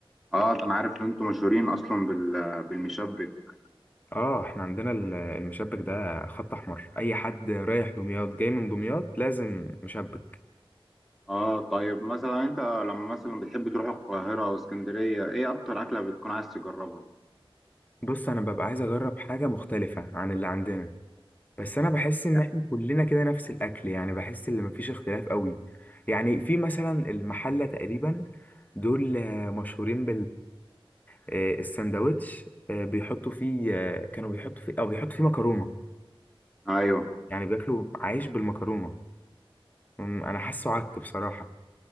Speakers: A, in the centre; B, on the left.
A: آه، ده انا عارف ان انتم مشهورين اصلا بال- بالمشبك
B: اه احنا عندنا ال- المشبك ده خط احمر اي حد رايح دمياط جاي من دمياط لازم مشبك
A: اه طيب مثلا انت لما مثلا بتحب تروح القاهرة او اسكندرية ايه اكتر اكلة بتكون عايز تجربها
B: بص انا ببقى عايز اجرب حاجه مختلفه عن اللي عندنا بس انا بحس ان
A: يعني
B: احنا كلنا كده نفس الاكل يعني بحس ان مفيش اختلاف قوي يعني في مثلا المحله تقريبا دول آه، مشهورين بالساندوتش بيحطوا فيه آه، كانوا بيحطوا فيه او بيحطوا فيه مكرونه
A: ايوه
B: يعني بياكلوا عيش بالمكرونه أمم، انا حاسه عك بصراحه